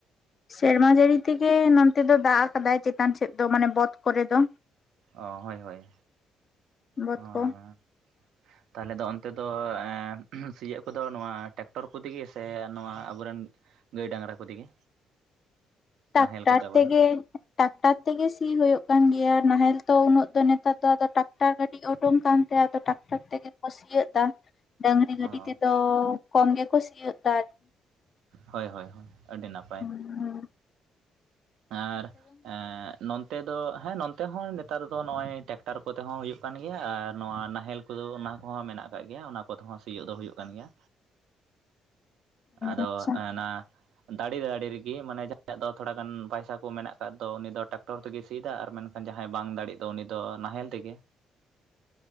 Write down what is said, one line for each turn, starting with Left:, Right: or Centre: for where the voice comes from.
Left: ᱥᱮᱨᱢᱟ ᱡᱟᱹᱲᱤ ᱛᱮᱜᱮ ᱱᱚᱱᱚᱛᱮ ᱫᱚ ᱫᱟᱜᱽ ᱟᱠᱟᱫᱟᱭ ᱪᱮᱛᱟᱱ ᱥᱮᱫ ᱫᱚ ᱢᱟᱱᱮ ᱵᱚᱛ ᱠᱚᱨᱮ ᱫᱚ᱾
Right: ᱚᱸ ᱦᱚᱭ ᱦᱚᱭ
Left: ᱵᱚᱛ
Right: ᱚᱸ,
Left: ᱠᱚ <inaudible>
Right: ᱛᱟᱦᱚᱞᱮ ᱫᱚ ᱚᱱᱛᱮ ᱫᱚ ᱥᱤᱭᱟᱹᱜ ᱠᱚᱫᱚ ᱱᱚᱣᱟ ᱴᱮᱠᱴᱚᱨ ᱠᱚ ᱛᱮᱜᱮ ᱥᱮ ᱱᱚᱣᱟ ᱟᱵᱚᱨᱮᱱ, ᱜᱟᱹᱭ ᱰᱟᱝᱜᱨᱟ ᱠᱚ ᱛᱮᱜᱮ᱾
Left: ᱴᱟᱠᱴᱟᱨ
Right: ᱱᱟᱦᱮᱞ ᱠᱚᱛᱮ ᱵᱚᱞᱮ
Left: ᱛᱮᱜᱮ᱾ ᱴᱟᱠᱴᱟᱨ ᱛᱮᱜᱮ ᱥᱤ ᱦᱩᱭᱩᱜ ᱠᱟᱱ ᱜᱮᱭᱟ ᱱᱟᱦᱮᱞ ᱛᱚ ᱩᱱᱟᱹᱜ ᱫᱚ ᱱᱮᱛᱟᱨ ᱫᱚ ᱟᱫᱚ ᱴᱟᱠᱴᱟᱨ, ᱜᱟᱹᱰᱤ ᱩᱰᱩᱝ ᱠᱟᱱᱛᱮ ᱟᱫᱚ ᱴᱟᱠᱴᱟᱨ ᱛᱮᱜᱮ ᱠᱚ ᱥᱤᱭᱟᱹᱜ ᱫᱟ᱾ ᱰᱟᱹᱝᱜᱨᱤ ᱜᱟᱹᱰᱤ
Right: ᱚ
Left: ᱛᱮᱫᱚ ᱠᱚᱢ ᱜᱮᱠᱚ ᱥᱤᱭᱟᱹᱜ ᱫᱟ,
Right: ᱦᱚᱭ ᱦᱚᱭ ᱦᱚᱭ ᱟᱹᱰᱤ ᱱᱟᱯᱟᱭ᱾
Left: ᱦᱚᱭ,
Right: ᱟᱨ ᱚᱸ, ᱱᱚᱱᱚᱛ ᱫᱚ ᱦᱮᱸ ᱱᱚᱱᱛᱮ ᱦᱚᱸ ᱱᱮᱛᱟᱨ ᱫᱚ ᱱᱚᱜ-ᱚᱭ ᱴᱮᱠᱴᱟᱨ ᱠᱚᱛᱮ ᱦᱚᱸ ᱦᱩᱭᱩᱜ ᱠᱟᱱ ᱜᱮᱭᱟ ᱟᱨ ᱱᱚᱣᱟ ᱱᱟᱦᱮᱞ, ᱩᱱᱠᱩ ᱫᱚ ᱚᱱᱟ ᱠᱚᱦᱚᱸ ᱢᱮᱱᱟᱜ ᱟᱠᱟᱜ ᱜᱮᱭᱟ ᱚᱱᱟ ᱠᱚᱛᱮᱦᱚᱸ ᱥᱤᱭᱟᱹᱜ ᱫᱚ ᱦᱩᱭᱩᱜ ᱠᱟᱱ ᱜᱮᱭᱟ᱾
Left: <inaudible>
Right: ᱟᱫᱚ
Left: ᱟᱪᱪᱷᱟ
Right: ᱚᱱᱟ ᱫᱟᱲᱮ ᱫᱟᱲᱮ ᱨᱮᱜᱮ ᱢᱟᱱᱮ ᱡᱟᱦᱟᱸᱭᱟᱜ ᱫᱚ ᱛᱷᱚᱲᱟ ᱜᱟᱱ, ᱯᱟᱭᱥᱟ ᱠᱚ ᱢᱮᱱᱟᱜ ᱟᱠᱟᱫ ᱫᱚ ᱩᱱᱤ ᱫᱚ ᱴᱟᱠᱴᱚᱨ ᱛᱮᱜᱮ ᱥᱤ ᱫᱟ ᱟᱨ ᱢᱮᱱᱠᱷᱟᱱ ᱡᱟᱦᱟᱸᱭ ᱵᱟᱝ ᱫᱟᱲᱮᱜ ᱫᱚ ᱩᱱᱤ ᱫᱚ ᱱᱟᱦᱮᱞ ᱛᱮᱜᱮ᱾